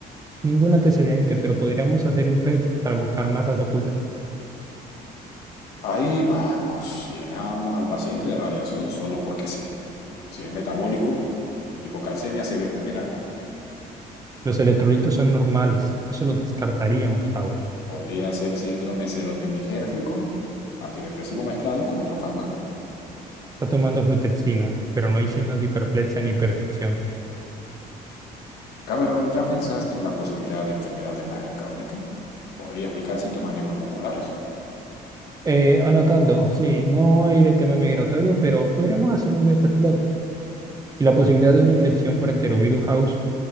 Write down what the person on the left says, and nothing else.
Ahí vamos, llenamos al paciente de radiación solo porque sí. Si es metabólico, hipocalcemia severa,
podría ser síndrome serotoninérgico, antidepresivo mezclado con otro fármaco.
Cameron, ¿ya pensaste en la posibilidad de enfermedad de Lyme crónica? Podría explicar síntomas neuromusculares.